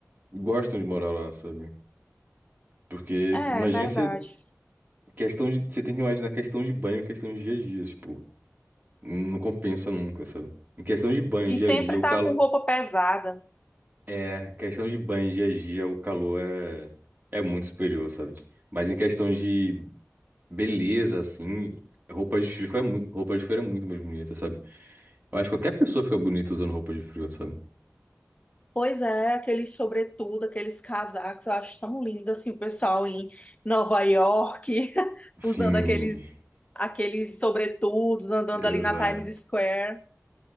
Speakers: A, on the right; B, on the left.
A: gostam de morar lá, sabe? Porque
B: É,
A: imagina
B: verdade.
A: você, questão de, você tem que imaginar questão de banho, questão de dia a dia, tipo. Não compensa nunca, sabe? Em questão de banho
B: E
A: dia
B: sempre
A: a dia, o
B: tá
A: calor.
B: com roupa pesada.
A: É, questão de banho dia a dia, o calor é, é muito superior, sabe? Mas em questão de beleza, assim, roupa de frio foi muito, roupa de frio é muito mais bonita, sabe? Eu acho que qualquer pessoa fica bonita usando roupa de frio, sabe?
B: Pois é, aqueles sobretudo, aqueles casacos, eu acho tão lindo assim, o pessoal em Nova York, <laughs>
A: Sim,
B: usando aqueles, aqueles sobretudos, andando
A: exato.
B: ali na Times Square.